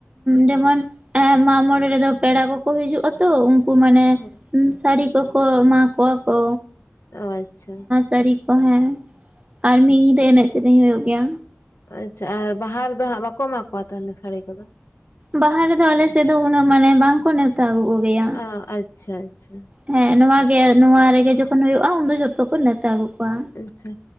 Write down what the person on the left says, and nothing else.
ᱦᱳᱭ
ᱚ ᱟᱪᱪᱷᱟ᱾
ᱟᱪᱪᱷᱟ ᱟᱨ ᱵᱟᱦᱟ ᱨᱮᱫᱚ ᱦᱟᱸᱜ ᱵᱟᱠᱚ ᱮᱢᱟ ᱠᱚᱣᱟ ᱛᱟᱦᱟᱞᱮ ᱥᱟᱹᱲᱤ ᱠᱚᱫᱚ?
ᱚ ᱟᱪᱪᱷᱟ ᱟᱪᱪᱷᱟ
ᱟᱪᱪᱷᱟ